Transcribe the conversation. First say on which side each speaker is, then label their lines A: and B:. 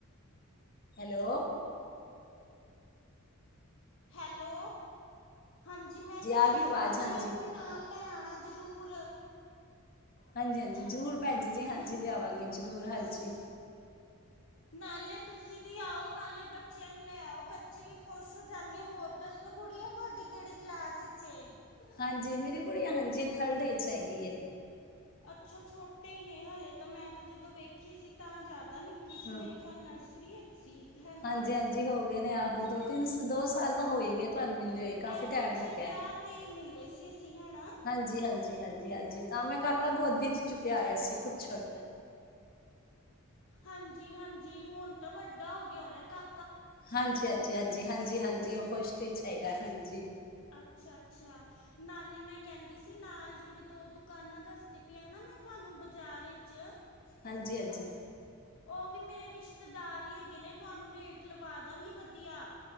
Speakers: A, on the left; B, on the left.
A: ਹੈਲੋ।
B: ਹੈਲੋ, ਹਾਂਜੀ ਮੈਂ ਕਹਿ
A: ਆ
B: ਰਹੀ
A: ਗਈ
B: ਸੀ
A: ਆਵਾਜ਼
B: ਬੱਚਿਆਂ
A: ਹਾਂਜੀ
B: ਨੂੰ ਵੀ ਨਾਲ ਲੈ ਆਣਾ। ਜ਼ਰੂਰ।
A: ਹਾਂਜੀ, ਹਾਂਜੀ ਜ਼ਰੂਰ ਭੈਣ ਜੀ ਜੀ ਹਾਂਜੀ ਲਿਆਵਾਂਗੇ ਜ਼ਰੂਰ ਹਾਂਜੀ।
B: ਨਾਲੇ ਤੁਸੀਂ ਵੀ ਆਓ ਨਾਲੇ ਬੱਚਿਆਂ ਨੂੰ ਲੈ ਆਓ ਬੱਚੇ ਵੀ ਖੁਸ਼ ਹੋ ਜਾਣਗੇ, ਹੋਰ ਦੱਸੋ ਗੁੜੀਆ ਤੁਹਾਡੀ ਕਿਹੜੀ ਕਲਾਸ ਵਿੱਚ ਏ।
A: ਹਾਂਜੀ ਮੇਰੀ ਕੁੜੀ ਹਾਂਜੀ ਥਰਡ ਵਿੱਚ ਹੈਗੀ।
B: ਅੱਛਾ ਛੋਟੇ ਹੀ ਨੇ ਹਲੇ ਤਾਂ, ਮੈਂ ਤਾਂ ਜਦੋਂ ਵੇਖੀ ਸੀ ਤਾਂ ਯਦ ਉਤਾ ਨਿਕਿ ਸੀ
A: ਹਾਂ
B: ਮੇਰੇ ਖਿਆਲ ਨਰਸਰੀ <unintelligible> ਹੈ ਨਾ
A: ਹਾਂਜੀ ਹਾਂਜੀ ਹੋ ਗਏ ਨੇ ਆਹੋ ਦੋ ਤਿੰਨ ਦੋ ਸਾਲ ਤਾਂ ਹੋਏ ਗ। ਤੁਹਾਨੂੰ ਮਿਲਲੇ ਹੋਏ ਕਾਫੀ
B: ਇਹ
A: ਟਾਈਮ
B: ਪਿੱਛੇ
A: ਹੋ
B: ਵਿਆਹ
A: ਗਿਆ
B: ਤੇ ਹੀ ਮਿਲੇ ਸੀ ਅਸੀਂ ਹੈ ਨਾ
A: ਹਾਂਜੀ ਹਾਂਜੀ ਹਾਂਜੀ ਹਾਂਜੀ। ਤਾਂ ਮੈਂ ਕਾਕਾ ਗੋਦੀ ਚ ਚੁੱਕਿਆ ਆਇਆ ਸੀ ਕੁੱਛੜ।
B: ਹਾਂਜੀ ਹਾਂਜੀ ਹੁਣ ਤਾਂ ਵੱਡਾ ਹੋ ਗਿਆ ਹੋਣਾ ਕਾ
A: ਹਾਂਜੀ ਹਾਂਜੀ ਹਾਂਜੀ। ਜੀ ਹਾਂਜੀ ਹਾਂਜੀ ਉਹ ਫਸਟ ਹੈਗਾ ਹਾਂਜੀ।
B: ਅੱਛਾ ਅੱਛਾ ਨਾਲੇ ਮੈਂ ਕਹਿੰਦੀ ਸੀ ਨਾਲ ਜਿਹੜੀ ਦੋ ਦੁਕਾਨਾਂ ਦੱਸਦੀ ਪਈ ਆ ਨਾ ਮੈਂ ਤੁਹਾਨੂੰ ਬਾਜ਼ਾਰ ਵਿੱਚ
A: ਹਾਂਜੀ ਹਾਂਜੀ।
B: ਉਹ ਵੀ ਮੇਰੇ ਰਿਸ਼ਤੇਦਾਰ ਹੀ ਹੈਗੇ ਨੇ ਤੁਹਾਨੂੰ ਰੇਟ ਲਵਾ ਦਾਂਗੀ ਵਧੀਆ।